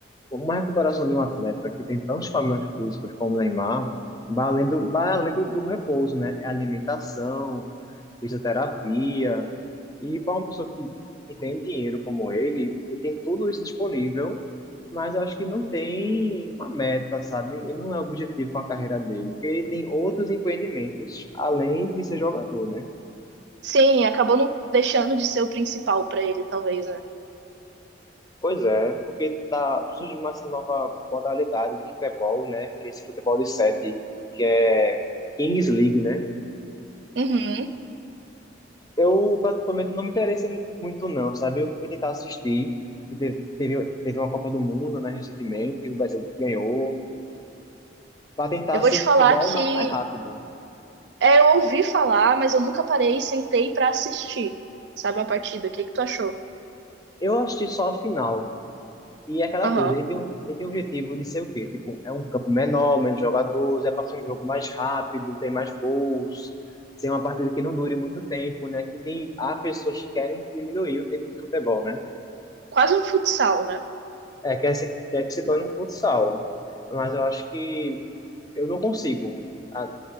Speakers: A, on the left (about 20°); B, on the right (about 70°).
A: Uma recuperação de um atleta que tem tantos problemas físicos como o Neymar, vai além do, vai além do, do repouso, né? É alimentação, fisioterapia. E para uma pessoa que, que tem dinheiro como ele, ele tem tudo isso disponível, mas eu acho que não tem uma meta, sabe? Ele não é objetivo com a carreira dele, porque ele tem outros empreendimentos além de ser jogador, né?
B: Sim, acabou não deixando de ser o principal pra ele, talvez, né?
A: Pois é, porque tá, surgiu uma- essa nova modalidade de futebol, né? Que é esse futebol de sete, que é Kings League, né?
B: Uhum.
A: Eu, particularmente, não me interessei muito, não, sabe? Eu fui tentar assistir, e te- teve, teve uma Copa do Mundo, né, recentemente, o Brasil ganhou, para tentar
B: Eu vou
A: ser
B: te
A: um
B: falar
A: futebol
B: que
A: ma- mais, rápido.
B: é, eu ouvi falar, mas eu nunca parei e sentei pra assistir, sabe, uma partida. O que que tu achou?
A: Eu assisti só a final, E é aquela
B: Aham.
A: coisa, ele tem um, ele tem um objetivo de ser o quê? Tipo, é um campo menor, menos jogadores, é para ser um jogo mais rápido, tem mais gols, ser uma partida que não dure muito tempo, né? Que tem, há pessoas que querem diminuir o tempo do futebol, né?
B: Quase um futsal, né?
A: É, quer, se- quer que se torne um futsal. Mas eu acho que eu não consigo. ah,